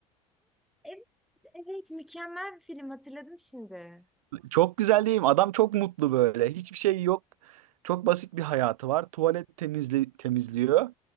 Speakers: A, in the centre; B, on the right (about 75°).
A: Evet, evet mükemmel bir film hatırladım şimdi.
B: Çok güzel değil mi? Adam çok mutlu böyle. Hiçbir şey yok. Çok basit bir hayatı var. Tuvalet temizli temizliyor.